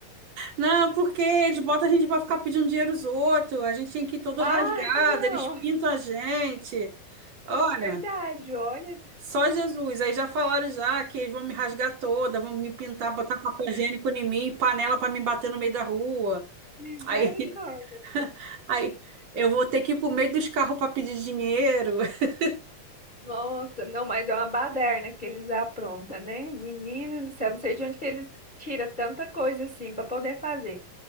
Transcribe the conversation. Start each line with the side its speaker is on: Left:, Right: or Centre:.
Right: Não, porque eles botam a gente pra ficar pedindo dinheiro aos outros, a gente tem que ir todo
Left: Ah,
Right: rasgado,
Left: não.
Right: eles pintam a gente. Olha,
Left: Verdade, olha.
Right: só Jesus. Aí já falaram já que eles vão me rasgar toda, vão me pintar, botar papel higiênico em mim, panela pra me bater no meio da rua.
Left: Misericórdia.
Right: Aí, <laughs> aí eu vou ter que ir pro meio dos carros pra pedir dinheiro. <laughs>
Left: Nossa, não, mas é uma baderna que eles aprontam, né? Menina do céu, não sei de onde que eles tiram tanta coisa assim para poder fazer.